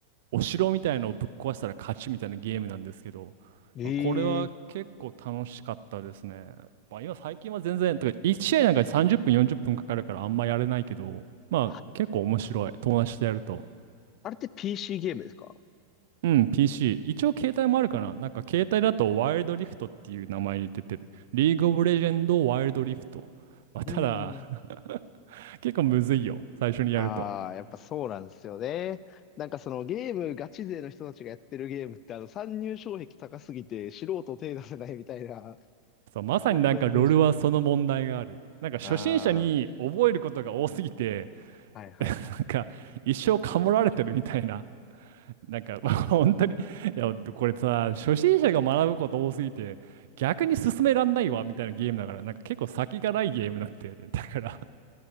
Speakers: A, on the right; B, on the left.
A: お城みたいのをぶっ壊したら勝ちみたいなゲームなんですけど、
B: ええ
A: まあ、これは結構楽しかったですね。まあ今最近は全然、とか1試合なんか30分40分かかるからあんまやれないけど、まあ結構面白い。
B: あ、
A: 友達とやると。
B: あれって PC ゲームですか
A: うん、PC。一応携帯もあるかな。なんか携帯だとワイルドリフトっていう名前に出てる。リーグオブレジェンドワイルドリフト。まあ、
B: うん。
A: ただ <laughs> 結構むずいよ。最初にやると。
B: ああ、やっぱそうなんですよね。なんかそのゲームガチ勢の人たちがやってるゲームってあの参入障壁高すぎて素人手出せないみたいな、
A: そう、まさになんかロールはその問題がある。
B: そんなイメージ。
A: なんか初心者に覚えることが多すぎて、
B: あ
A: <laughs>
B: あ、はいはいはい。
A: なんか一生カモられてるみたいな。なんか <laughs> 本当に、いや、これさ、初心者が学ぶこと多すぎて、逆に進めらんないわみたいなゲームだから、なんか結構先がないゲームなんだよね。<laughs> だから